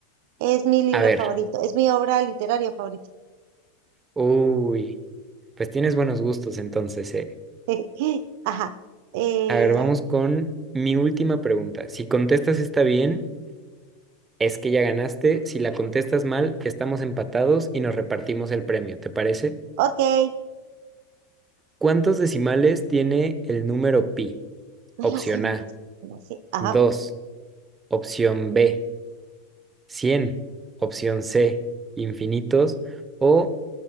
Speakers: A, on the right; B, on the right.
A: Es mi libro
B: A ver,
A: favorito, es mi obra literaria favorita.
B: uy, pues tienes buenos gustos entonces, ¿eh?
A: <laughs> Ajá. Eh,
B: A ver, vamos con mi última pregunta. Si contestas está bien Es que ya ganaste, si la contestas mal, estamos empatados y nos repartimos el premio, ¿te parece?
A: ok,
B: ¿Cuántos decimales tiene el número pi?
A: me
B: Opción
A: la sé, me
B: A,
A: la sé, me la sé. Ajá.
B: 2. opción B, 100. opción C, infinitos o